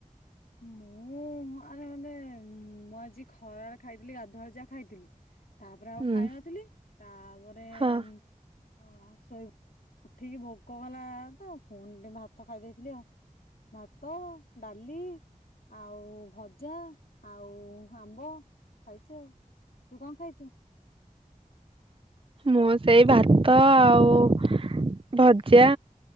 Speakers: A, on the left; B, on the right.
A: ମୁଁ ଆରେ ମାନେ ମୁଁ ଆଜି ଖରାରେ ଖାଇଥିଲି ଗାଧୁଆଳ ଯାହା ଖାଇଥିଲି। ତାପରେ ଆଉ
B: ହୁଁ
A: ଖାଇ ନଥିଲି ତାପରେ।
B: ହଁ
A: ହ ଶୋଇ ଉଠିକି ଭୋକ କଲା ତ ପୁଣି ଟିକେ ଭାତ ଖାଇ ଦେଇଥିଲି ଆଉ ଭାତ ଡାଲି। ଆଉ ଭଜା ଆଉ। ଆମ୍ବ। ଖାଇଛୁ ଆଉ ତୁ କଣ ଖାଇଛୁ?
B: ମୁଁ ସେଇ ଭାତ ଆଉ ଭଜା।